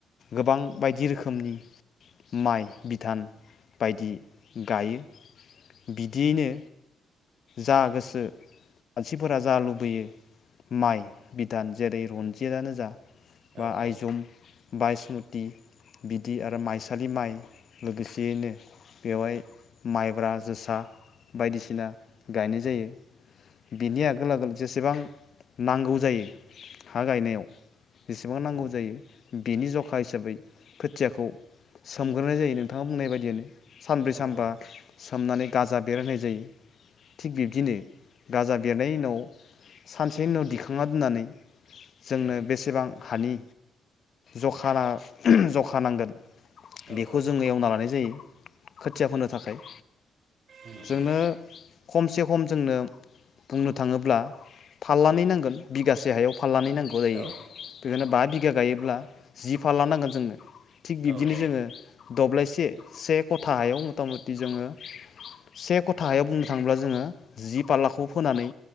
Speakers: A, on the left (about 55°); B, on the right (about 60°).
A: गोबां बायदि रोखोमनि माइ बिदान बायदि गायो बिदियैनो जा गोसो मानसिफोरा जा लुबैयो माइ बिधान जेरै रनजितानो जा बा
B: औ
A: आयजम
B: औ
A: बायसमति बिदि आरो माइसालि माइ लोगोसेयैनो बेवहाय माइब्रा जोसा बायदिसिना गायनाय
B: औ
A: जायो बिनि आगोल आगोल जेसेबां नांगौ जायो हा गायनायाव बेसेबां नांगौ
B: औ
A: जायो बिनि जखा हिसाबै खोथियाखौ सोमग्रोनाय जायो नोंथाङा बुंनाय बायदियानो सानब्रै
B: औ
A: सानबा सोमनानै गाजा बेर होनाय जायो थिग बिब्दिनो गाजा बेरनायनि उनाव सानसेनि उनाव दिखांना दोननानै जोंनो
B: औ
A: बेसेबां हानि जखा जखा नांगोन
B: औ
A: बेखौ जोङो एवना लानाय जायो खोथिया फोनो थाखाय
B: उम उम
A: जोंनो खमसे खम जोंनो बुंनो थाङोब्ला फाललानै नांगोन बिगासे हायाव फाललानै नांगोन गौ जायो
B: औ
A: बेखायनो बा बिगा गायोब्ला जि फाल लानांगोन जोङनो थिग बिब्दिनो
B: औ औ
A: जोङो दब्लायसे से खथाहायाव मथा मथि जोङो से खथा हायाव बुंनो थाङोब्ला जोङो जि फाललाखौ फोनानै